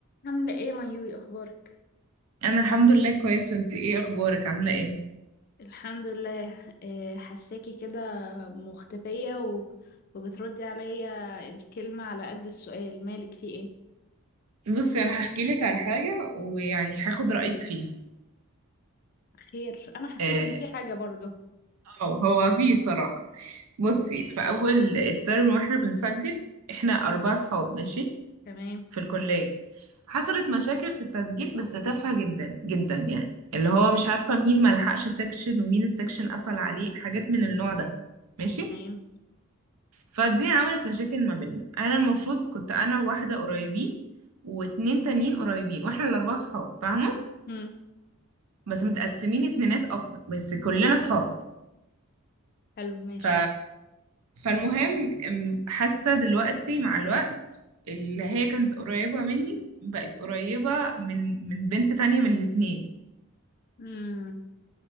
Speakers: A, on the left (about 45°); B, on the right (about 85°).
A: عاملة ايه مايوي اخبارك
B: انا الحمد لله كويسه انت ايه اخبارك عامله ايه
A: الحمد لله إيه، حساكي كده مختفية و... وبتردي عليا الكلمة على قد السؤال مالك في ايه
B: بصي انا هحكي لك على حاجه ويعني هاخد رايك فيها
A: خير انا حسيت
B: اه
A: ان في حاجة برضو
B: آه، هو في صراحه بصي في اول الترم واحنا بنسجل احنا اربع صحاب ماشي
A: تمام
B: في الكليه حصلت مشاكل في التسجيل بس تافهه جدا جدا يعني اللي هو مش عارفه مين ما لحقش سيكشن ومين السيكشن قفل عليه حاجات من النوع ده ماشي
A: تمام
B: فدي عملت مشاكل ما بيننا انا المفروض كنت انا واحده قريبين واتنين تانيين قريبين واحنا الاربعه صحاب فاهمه
A: مم.
B: بس متقسمين اتنينات اكتر بس كلنا صحاب
A: حلو ماشي
B: ف فالمهم أم، حاسه دلوقتي مع الوقت اللي هي كانت قريبه مني بقت قريبه من من بنت تانية من الاتنين
A: مم.